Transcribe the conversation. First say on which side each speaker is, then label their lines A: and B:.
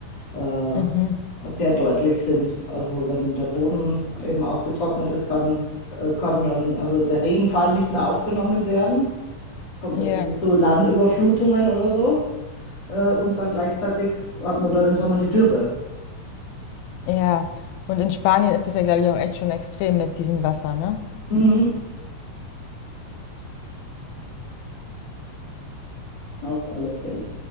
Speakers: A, on the left (about 30°); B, on the left (about 75°).
A: äh,
B: Mhm.
A: sehr deutlich sind. Also wenn der Boden eben ausgetrocknet ist, kann, äh, kann dann, also der Regenfall nicht mehr aufgenommen werden. Es kommt
B: Ja,
A: dann irgendwie zu Landüberflutungen oder so. Äh, und dann gleichzeitig hat man dann im Sommer die Dürre.
B: ja. Und in Spanien ist das ja, glaube ich, auch echt schon extrem mit diesem Wasser, ne?
A: Mhm. Auf alle Fälle.